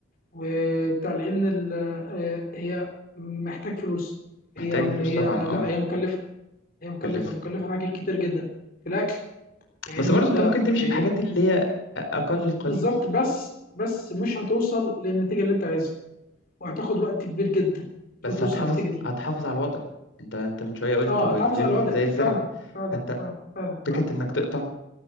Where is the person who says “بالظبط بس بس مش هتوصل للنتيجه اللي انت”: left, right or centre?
Left